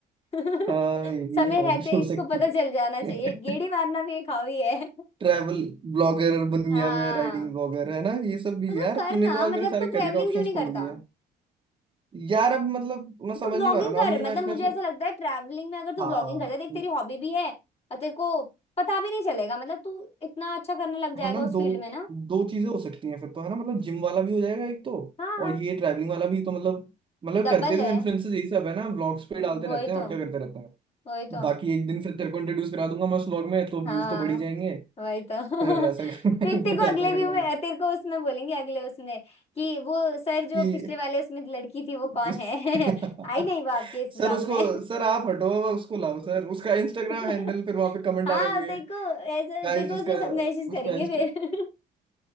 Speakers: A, on the left; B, on the right.
A: <laughs>
B: हाँ ये भी
A: समय
B: हॉबी
A: रहते
B: हो
A: इसको
B: सकती
A: पता चल जाना चाहिए
B: है
A: गेड़ी
B: <laughs>
A: मारना भी एक हॉबी है <laughs>
B: ट्रैवल ब्लॉगर बन
A: हाँ
B: गया मैं राइडिंग ब्लॉगर है ना ये सब भी
A: तो तू
B: यार
A: कर
B: तूने
A: ना
B: तो आज
A: मतलब
B: मेरे सारे
A: तू
B: करियर
A: ट्रेवलिंग
B: ऑप्शंस
A: क्यों नहीं
B: खोल
A: करता
B: दिए हैं यार अब मतलब मैं समझ
A: तो व्लॉगिंग
B: नहीं पा रहा ना
A: कर
B: अभी मैं
A: मतलब
B: इसमें
A: मुझे
B: थो-
A: ऐसा लगता है ट्रैवलिंग में अगर तू
B: हाँ
A: व्लॉगिंग करता है देख तेरी हॉबी भी है और तेरे को पता भी नहीं चलेगा मतलब तू इतना अच्छा करने लग जाएगा
B: है ना
A: उस
B: दो
A: फील्ड में ना
B: दो चीजें हो सकती हैं फिर तो है ना मतलब जिम वाला भी हो जाएगा एक तो
A: हाँ
B: और ये ट्रैवलिंग वाला भी तो मतलब मतलब
A: डबल
B: करते तो
A: है
B: इन्फ्लुएंसर्स यही सब है ना व्लॉग्स पे
A: वही
B: डालते रहते हैं
A: तो
B: और क्या करते रहते हैं
A: वही तो
B: बाकी एक दिन फिर तेरे को इंट्रोड्यूस करा दूंगा मैं उस व्लॉग में तो व्यूज
A: हाँ
B: तो बढ़ी जाएंगे
A: वही तो <laughs>
B: फिर ऐसा कर
A: फिर तेरे
B: <laughs> फिर
A: को अगले
B: ऐसा कर
A: व्यू
B: लेंगे
A: में तेरे को उसमें बोलेंगे अगले उसमें कि वो सर जो
B: कि
A: पिछले वाले उसमें लड़की थी
B: <laughs>
A: वो कौन है <laughs> आई नहीं वो आपके इस ब्लॉग
B: सर उसको
A: में
B: सर आप हटो उसको लाओ सर उसका इंस्टाग्राम
A: <laughs>
B: हैंडल फिर वहां पे कमेंट
A: हाँ
B: आ रहे होंगे
A: तेरे को ऐसा
B: गाइस
A: तेरे को
B: उसका
A: उसमें सब मैसेज करेंगे
B: उसका इंस्टा
A: फिर <laughs>